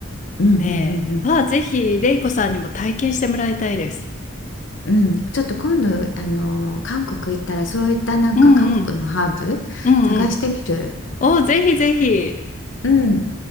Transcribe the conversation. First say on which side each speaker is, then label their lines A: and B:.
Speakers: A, on the left; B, on the left.
A: うん、うん、
B: ねえ。
A: うんうん。
B: ああ、ぜひ、れいこさんにも体験してもらいたいです。
A: うん、ちょっと今度、あのー韓国行ったらそういったなんか韓国のハーブ探してみる。
B: うんうん。うんうん。おぜひぜひ。
A: うん。